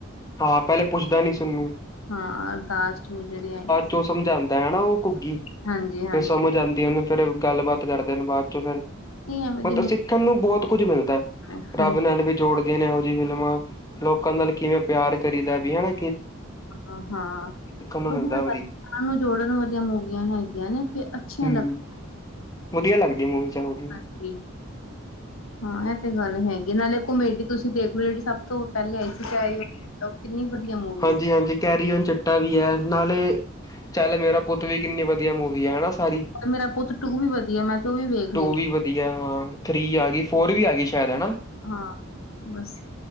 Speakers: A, on the left (about 15°); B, on the left (about 85°).
A: ਹਾਂ ਪੈਲੇ ਪੁੱਛਦਾ ਨੀ ਸੀ ਉਨੂੰ
B: ਹਾਂ ਅਰਦਾਸ ਟੂ ਜੇੜੀ ਆਈ।
A: ਤੋ ਸਮਝਾਂਦੈ ਹੈਨਾ ਓ ਘੁੱਗੀ
B: ਹਾਂਜੀ, ਹਾਂਜੀ
A: ਫੇਰ ਸਮਝ ਆਂਦ ਦੀ ਓਨੂੰ ਫਿਰ ਗੱਲਬਾਤ ਕਰਦੇ ਨੇ ਬਾਦ 'ਚ ਫਿਰ
B: ਨਹੀਂ ਐਵੇਂ ਦੀ
A: ਉਤੋ
B: ਮੂਵੀ
A: ਸਿੱਖਣ ਨੂੰ ਬੌਤ ਕੁੱਝ ਮਿਲਦੈ
B: ਹਾਂਜੀ
A: ਰੱਬ ਨਾਲ ਵੀ ਜੋੜ ਗੇ ਨੇ ਇਹੋ ਜਿ ਫਿਲਮਾਂ ਲੋਕਾਂ ਨਾਲ ਕਿਵੇਂ ਪਿਆਰ ਕਰੀ ਦਾ ਬੀ ਹੈਨਾ।
B: ਅ ਹਾਂ
A: ਨੂੰ
B: ਵਧੀਆ
A: ਮਿਲਦਾ
B: <unintelligible> ਨੂੰ ਜੋੜਨ ਵਾਲੀਆਂ ਮੂਵੀਆਂ ਹੈਗੀਆਂ ਨੇ। ਤੇ ਅੱਛੀਆਂ
A: ਹੂੰ
B: ਲੱਗ
A: ਵਧੀਆ ਲੱਗਦੀਆ ਮੂਵੀ ਸਾਨੂੰ ਉਹਦੀ
B: ਕੀ ਹਾਂ ਇਹ ਤੇ ਗੱਲ ਹੈਗੀ ਨਾਲੇ ਕੁਮੇਡੀ ਤੁਸੀਂ ਦੇਖ ਲੋ ਜਿਹੜੀ ਸ ਤੋਂ, ਪੈਲੇ ਆਈ ਸੀ <unintelligible> ਓ ਕਿੰਨੀ ਵਧੀਆ ਮੂਵੀ
A: ਹਾਂਜੀ-ਹਾਂਜੀ
B: ਸੀ।
A: ਕੈਰੀ ਓਨ ਚਿਟਾ ਵੀ ਹੈ, ਨਾਲੇ ਚੱਲ ਮੇਰਾ ਪੁੱਤ ਵੀ ਕਿੰਨੀ ਵਧੀਆ ਮੂਵੀ ਹੈ ਹੈਨਾ ਸਾਰੀ,
B: ਤੇ ਮੇਰਾ ਪੁੱਤ ਟੂ ਵੀ ਵਧੀਆ ਮੈਂ ਤੇ ਉਹ ਵੀ ਵੇਖ ਲਈ।
A: ਟੂ ਵੀ ਵਧੀਆ ਹਾਂ, ਥ੍ਰਰੀ ਆ ਗਈ ਫੋਰ ਵੀ ਆ ਗਈ ਸ਼ਾਇਦ ਹਨਾ।
B: ਹਾਂ, ਬਸ।